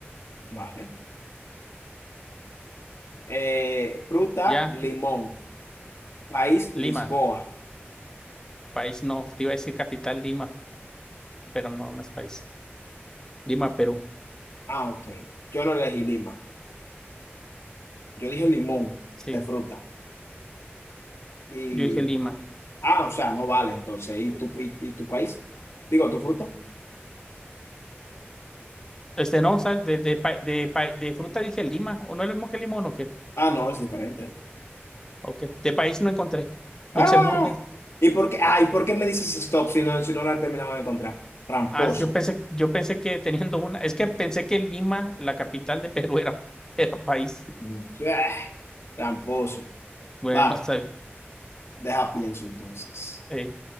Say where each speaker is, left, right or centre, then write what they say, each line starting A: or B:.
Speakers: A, on the left; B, on the left.
A: vale. Eh, fruta,
B: Ya.
A: limón. País, Lisboa.
B: Lima. País no. Te iba a decir capital Lima, pero no, no es país. Lima, Perú.
A: Ah, ok. Yo no elegí Lima. Yo dije limón
B: Sí,
A: de fruta. Y,
B: yo dije Lima.
A: ah, o sea, no vale, entonces. ¿Y tu, y, y tu país? Digo, ¿tu fruta?
B: Este no, ¿sabes? De, de, pa- de, pa- de fruta dije Lima. ¿O no es lo mismo que limón o qué?
A: Ah, no, es diferente.
B: Ok. De país no encontré.
A: Ah,
B: Luxemburgo.
A: ¿y por qué, ah, ¿y por qué me dices stop si no, si no la he de encontrar? Tramposo.
B: Ah, yo pensé, yo pensé que teniendo una. Es que pensé que Lima, la capital de Perú, era, era país.
A: Mm, ah, tramposo.
B: Bueno,
A: Va,
B: está bien.
A: deja pienso entonces.
B: Eh,